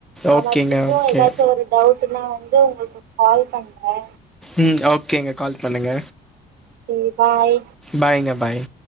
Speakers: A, on the right; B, in the centre.
A: நான்
B: ஓகேங்க
A: மறுபடியும்
B: ஓகே
A: எதாச்சு ஒரு டவுட்டுனா வந்து உங்களுக்கு கால் பண்றே
B: ம் ஓகேங்க கால் பண்ணுங்க
A: சேரி பாய்
B: பாய்ங்க பாய்